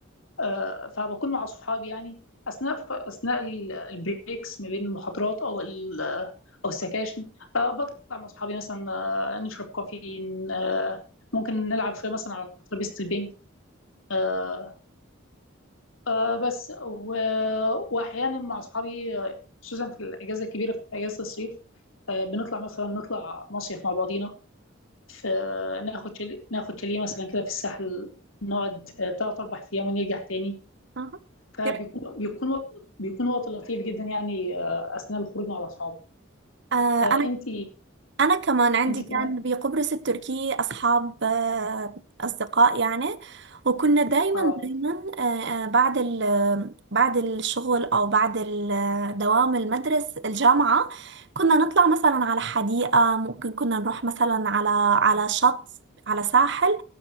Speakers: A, on the left; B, on the right.
A: آه، فبكون مع أصحابي يعني أثناء أثناء ال- البريكس ما بين المحاضرات أو ال- أو السكاشن آه، بطلع مع أصحابي مثلا آه، نشرب كافيين آه، ممكن نلعب شوية مثلا على ترابيزة البنج آه، آه، بس و- وأحيانا مع أصحابي آه، خصوصا في الأجازة الكبيرة في أجازة الصيف آه، بنطلع مثلا نطلع مصيف مع بعضينا في ناخد شاليه ناخد شاليه مثلا كده في الساحل نقعد ثلاث أربع أيام ونرجع تاني
B: أها.
A: فبيكون
B: كيف-
A: بيكون وقت بيكون وقت لطيف جدا يعني آه، اثناء الخروج مع الاصحاب
B: آه،
A: آه، انت
B: أنا كمان عندي
A: انت
B: كان
A: كمان
B: بقبرص التركي أصحاب آه، أصدقاء يعني وكنا دايما
A: اه
B: دايما آه، آه، بعد ال- بعد الشغل أو بعد ال- آه، دوام المدرسة الجامعة كنا نطلع مثلا على حديقة ممكن كنا نروح مثلا على على شط على ساحل